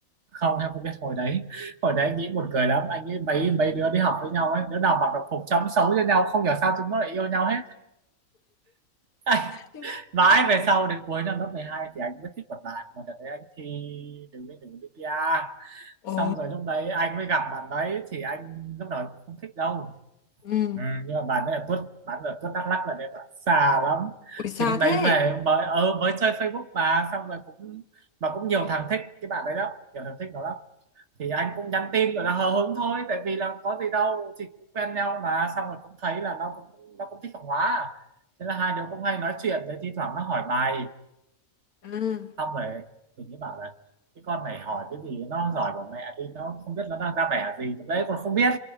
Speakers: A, on the right; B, on the left.
A: không em không biết hồi đấy hồi đấy anh nghĩ buồn cười lắm anh nghĩ mấy mấy đứa đi học với nhau ấy đứa nào mặc đồng phục trông xấu cho nhau không hiểu sao chúng nó lại yêu nhau hết <laughs>
B: Chứ-
A: mãi về sau đến cuối năm lớp 12 thì anh mới thích một bạn mà đợt đấy anh thi đường lên đường BPA
B: Ồ
A: xong rồi lúc đấy anh mới gặp bạn đấy thì anh lúc đầu anh cũng không thích đâu
B: Ừ.
A: ừ, nhưng mà bạn đấy ở tuốt bạn ở tuốt Đắk Lắk là đấy bạn xa lắm
B: Ui xa
A: thì lúc đấy
B: thế.
A: về mới ờ mới chơi Facebook mà xong rồi cũng mà cũng nhiều thằng thích cái bạn đấy lắm nhiều thằng thích nó lắm thì anh cũng nhắn tin gọi là hờ hững thôi tại vì là có gì đâu thì cũng quen nhau mà xong rồi cũng thấy là nó cũng nó cũng thích học hóa à. thế là hai đứa cũng hay nói chuyện rồi thi thoảng nó hỏi bài
B: Ừ. À.
A: xong rồi mình mới bảo là cái con này hỏi cái gì nó giỏi của mẹ đi nó không biết nó đang ra vẻ gì trong đấy còn không biết